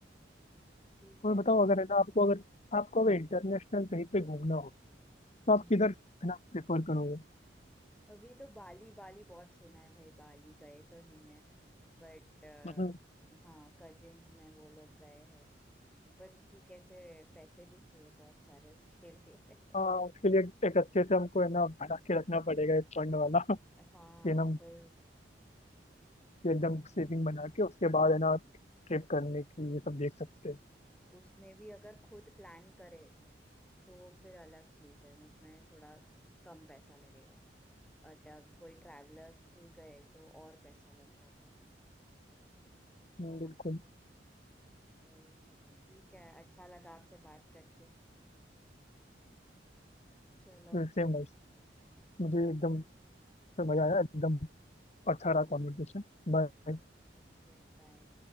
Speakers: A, in the centre; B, on the left (about 40°).
A: ठीक
B: और
A: है
B: बताओ अगर है ना आपको अगर आपको अगर इंटरनेशनल कहीं पे घूमना हो तो
A: And
B: आप किधर है ना प्रेफर करोगे
A: अभी तो बाली बाली बहुत सुना है भाई बाली गए तो नहीं है बट
B: हम्म,
A: हाँ कजिन्स में वो लोग गए हैं बट कि कैसे पैसे भी चाहिए बहुत सारे उसके लिए
B: हाँ उसके लिए एक अच्छे से हमको है ना बना के
A: <laughs>
B: रखना पड़ेगा एक फंड वाला <laughs> कि
A: हाँ
B: हम
A: वही
B: एकदम
A: और
B: सेविंग बना के उसके बाद है ना ट्रिप करने की ये सब देख सकते हैं
A: उसमें भी अगर खुद प्लान करे तो वो फिर अलग चीज है उसमें थोड़ा कम पैसा लगेगा अटक कोई ट्रैवलर्स थ्रू गए तो और पैसा लग जाता है
B: हम्म,
A: है
B: बिल्कुल
A: ना वही ठीक है अच्छा लगा आपसे बात करके चलो
B: सेम मुझे
A: बाय
B: एकदम समझ
A: हाँ
B: आया एकदम अच्छा रहा कॉन्वर्सेशन बाय
A: ठीक है बाय